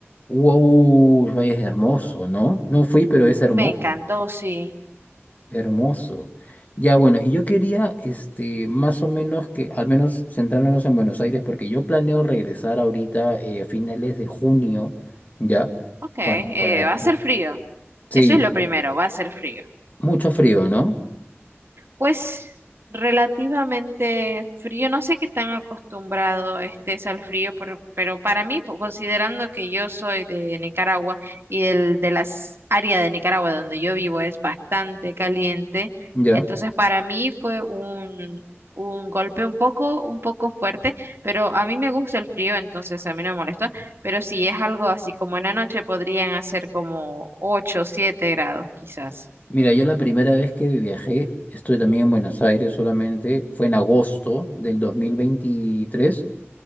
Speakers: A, on the left; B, on the right.
A: Wow, es hermoso, ¿no? No fui, pero es hermoso.
B: me encantó, sí.
A: Hermoso. Ya bueno, y yo quería, este, más o menos que, al menos centrándonos en Buenos Aires, porque yo planeo regresar ahorita eh, a finales de junio, ¿ya?
B: Ok, eh,
A: Para, para...
B: va a ser frío,
A: Sí,
B: eso es lo
A: sí.
B: primero, va a ser frío.
A: mucho frío, ¿no?
B: Pues relativamente frío, no sé qué tan acostumbrado estés al frío, pero, pero para mí, po- considerando que yo soy de Nicaragua y del, de las áreas de Nicaragua donde yo vivo es bastante caliente,
A: Ya.
B: entonces para mí fue un, un golpe un poco, un poco fuerte, pero a mí me gusta el frío, entonces a mí no me molestó, pero si es algo así como en la noche podrían hacer como 8 o 7 grados quizás.
A: Mira, yo la primera vez que viajé, estoy también en Buenos Aires solamente, fue en agosto del 2023